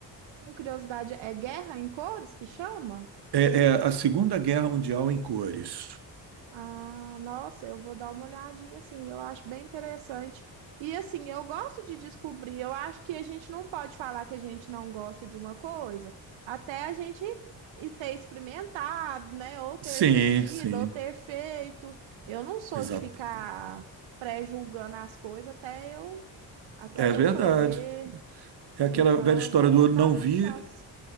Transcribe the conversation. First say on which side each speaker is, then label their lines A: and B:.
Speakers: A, on the right; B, on the right.
A: Tenho curiosidade, é guerra em cores que chama?
B: É, é a Segunda Guerra Mundial em cores.
A: Ah, nossa, eu vou dar uma olhadinha, assim, eu acho bem interessante. E assim, eu gosto de descobrir, eu acho que a gente não pode falar que a gente não gosta de uma coisa, até a gente e ter experimentado, né, ou ter
B: Sim,
A: assistido,
B: sim,
A: ou ter feito. Eu não sou
B: exato.
A: de ficar pré-julgando as coisas até eu, até
B: É verdade.
A: eu fazer,
B: É aquela
A: então
B: velha história
A: eu vou
B: do não
A: dar uma
B: vi.
A: chance.